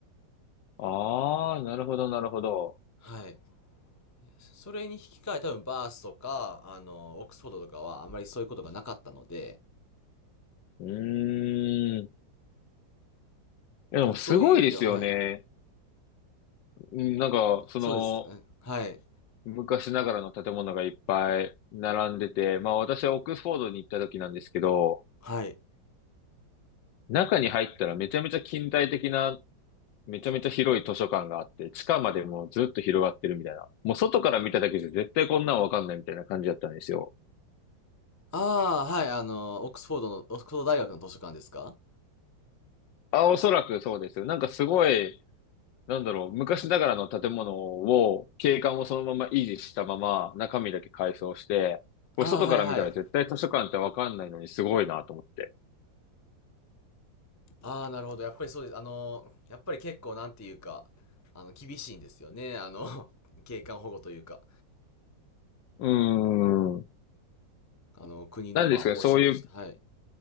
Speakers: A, on the left; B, on the left.
A: ああ、なるほど、なるほど。
B: はい。それに引き換え多分バースとか、あの、オックスフォードとかはあまりそういうことがなかったので、
A: うーん。でもすごいですよね。
B: だからそういう意味では、はい。
A: うん、なんか、その、
B: そうです。うんはい。
A: 昔ながらの建物がいっぱい並んでて、まあ私はオックスフォードに行った時なんですけど、
B: はい。
A: 中に入ったらめちゃめちゃ近代的な、めちゃめちゃ広い図書館があって、地下までもうずっと広がってるみたいな。もう外から見ただけじゃ絶対こんなんわかんないみたいな感じだったんですよ。
B: ああ、はい、あの、オックスフォードの、オックスフォード大学の図書館ですか
A: あ、おそらくそうですよ。なんかすごい、なんだろう、昔ながらの建物を、景観をそのまま維持したまま中身だけ改装して、これ外から見たら絶対図書館ってわかんないのにすごいなと思って。
B: ああ、はいはい。ああ、なるほど。やっぱりそうです。あの、やっぱり結構なんていうか、あの、厳しいんですよね。あの、<laughs> 景観保護というか、
A: うーん。
B: あの、国のまあ方針として、
A: なんですかね、そういう
B: はい。